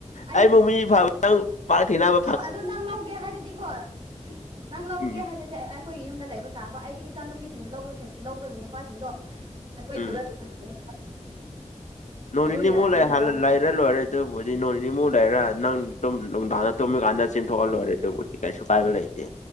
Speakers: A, on the right (about 45°); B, on the left (about 70°).
A: ꯑꯩ
B: ꯑꯩꯕꯨ ꯃꯤ ꯐꯕ ꯅꯪ ꯄꯥꯛ ꯊꯦꯡꯅꯔꫭꯏ‌꯫
A: ꯑꯧ ꯑꯗꯨ ꯅꯪ ꯂꯧꯒꯦ ꯍꯥꯏꯔꯗꯤꯀꯣ ꯅꯪ ꯂꯧꯔꯒꯦ
B: ꯎꯝ
A: ꯍꯥꯏꯔꯗꯤ ꯑꯩ ꯑꯩꯈꯣꯏꯒꯤ ꯌꯨꯝꯗ ꯂꯩꯕ ꯇꯥꯕ ꯑꯩꯗꯤ ꯏꯆꯥ ꯅꯨꯨꯄꯤꯁꯤꯡꯕꯨ ꯂꯧꯕꯁꯤꯡ ꯂꯧꯕ ꯅꯨꯄꯥꯁꯤꯡꯗꯣ ꯑꯩꯈꯣꯏ
B: ꯎꯝ
A: ꯌꯨꯝꯗ <unintelligible>
B: ꯅꯣꯡ
A: ꯑꯗꯨ
B: ꯅꯤꯅꯤꯃꯨꯛ
A: ꯌꯥꯔꯗꯤ
B: ꯂꯩꯔ
A: ꯂꯧꯋꫭ ꯫
B: <unintelligible> ꯂꯣꯏꯔꯦ ꯑꯗꯨꯕꯨꯗꯤ ꯅꯣꯡ ꯅꯤꯅꯤꯃꯨꯛ ꯂꯩꯔ ꯅꯪ ꯇꯨꯝ ꯅꯨꯡꯗꯥꯡꯗ ꯇꯨꯝꯃꯤꯀꯥꯟꯗ ꯆꯦꯟꯊꯣꯛꯑꯥ ꯂꯣꯏꯔꯦ ꯑꯗꯨꯕꯨ ꯀꯥꯏꯁꯨ ꯀꯥꯏꯕ ꯂꯩꯥꯇꯦ꯫